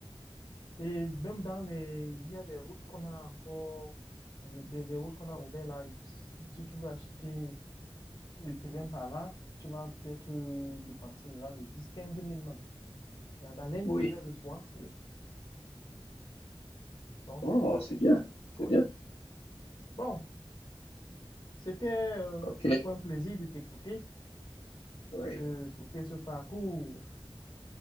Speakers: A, on the left; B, on the left.
A: Et même dans les... Il y a des routes qu'on a encore, le- des, des routes qu'on a ouvertes là. Si si tu veux acheter le terrain par là, tu vas peut-être euh, dépenser là, les 10-15 000 même. Dans dans l'intérieur
B: oui.
A: de soi, oui. Donc,
B: Oh,
A: c'est c'est
B: c'est
A: un
B: bien,
A: peu ça.
B: c'est
A: Oui.
B: bien.
A: Bon, c'était euh,
B: OK.
A: encore un plaisir de t'écouter,
B: Oui.
A: de écouter ce parcours.